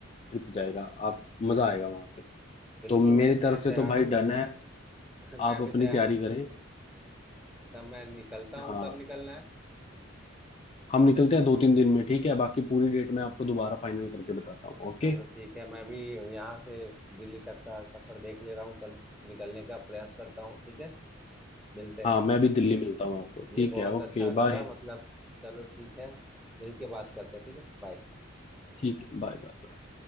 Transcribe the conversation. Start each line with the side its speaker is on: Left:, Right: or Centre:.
Left: ट्रिप जाएगा आप मजा आएगा वहां पे
Centre: बिल्कुल
Left: तो मेरी
Centre: मैं इसके
Left: तरफ
Centre: लिए
Left: से
Centre: तैयार
Left: तो भाई
Centre: हूँ
Left: डन है
Centre: <laughs> मैं
Left: आप अपनी
Centre: भी तैयार
Left: तैयारी
Centre: हूँ
Left: करें
Centre: एकदम मैं निकलता
Left: हाँ
Centre: हूँ कब निकलना है
Left: हम निकलते हैं दो तीन दिन में ठीक है बाकी पूरी डेट मैं आपको दोबारा फाइनल करके बताता हूँ ओके
Centre: चलो ठीक है मैं भी यहाँ से दिल्ली तक का सफर देख ले रहा हूँ कल निकलने का प्रयास करता हूँ ठीक है मिलते हैं
Left: हाँ मैं भी दिल्ली मिलता हूँ आपको
Centre: ये
Left: ठीक
Centre: बहुत
Left: है ओके
Centre: अच्छा लगा
Left: बाय
Centre: मतलब चलो ठीक है मिलके बात करते हैं ठीक है बाय
Left: ठीक है बाय बाय